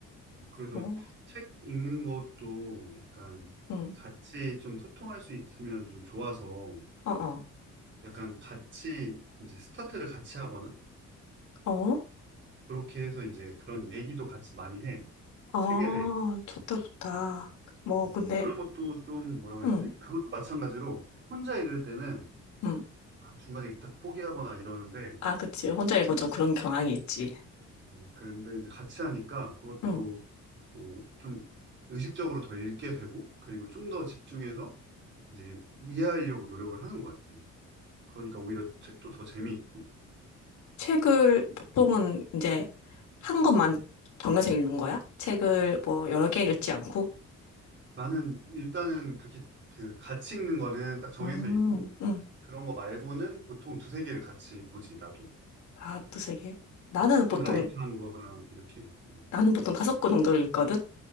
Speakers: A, on the right (about 40°); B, on the left (about 70°).
A: 음, 그래서
B: 어,
A: 책 읽는 것도 약간
B: 응,
A: 같이 좀 소통할 수 있으면 좀 좋아서
B: 어, 어,
A: 약간 같이 이제 스타트를 같이 하거나
B: 어?
A: 그렇게 해서 이제 그런 얘기도 같이 많이 해.
B: 아,
A: 책에 대해.
B: 좋다, 좋다. 뭐,
A: 음,
B: 근데,
A: 음. 그런 것도 좀 뭐라고
B: 응,
A: 해야 되지? 그것도 마찬가지로 혼자 읽을 때는
B: 응.
A: 아, 중간에 일단 포기하거나 이러는데
B: 아, 그치. 혼자 읽으면 좀 그런 경향이 있지.
A: 음, 그런데 이제 같이 하니까 그것도
B: 응.
A: 뭐 좀 의식적으로 더 읽게 되고 그리고 좀 더 집중해서 이제 이해하려고 노력을 하는 것 같아. 그러니까 오히려 책도 더 재미있고
B: 책을 보통은 이제 한 권만 정해서 읽는 거야? 책을 뭐 여러 개 읽지 않고?
A: 나는 일단은 그렇게 그 같이 읽는 거는 딱 정해서
B: 음,
A: 읽고
B: 음.
A: 그런 거 말고는 보통 두세 개를 같이 보지 나도.
B: 아, 또 세 개. 나는
A: 좀
B: 보통,
A: 라이트한 거랑 이렇게 음,
B: 나는 보통 다섯 권 정도를 읽거든?